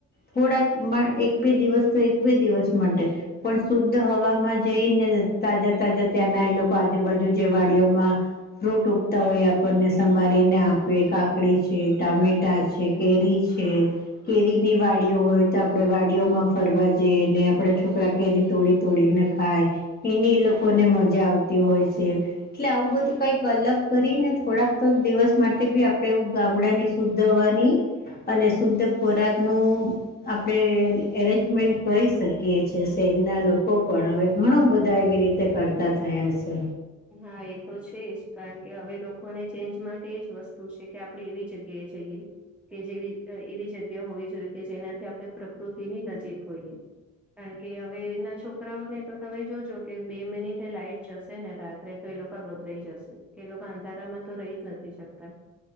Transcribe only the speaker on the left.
થોડાક એક બે દિવસ તો એક બે દિવસ માટે. પણ શુદ્ધ હવામાં જઈ ને તાજા તાજા ત્યાંના એ લોકો આજુબાજુ જે વાડીઓમાં. ફ્રૂટ ઉગતા હોય આપણને સમારીને આપે કાકડી છે ટામેટા છે કેરી કેરી ની વાડીઓ હોય તો આપણે વાડીઓમાં ફરવા જઈ ને આપડા છોકરા. કેરી તોડી તોડીને ખાય એની એ લોકોને મજા આવતી હોય છે. એટલે આવું બધું કઈક અલગ કરીને થોડાક તો દિવસ માટે બી આપણે એવું ગામડા ની સુધ હવાની અને શુદ્ધ ખોરાક નું. આપણેે એરેન્જમેન્ટ કરી શકીએ છેએ શહેરના લોકો પણ હવે ઘણું બધા એવી રીતે તે કરતા થયા છે.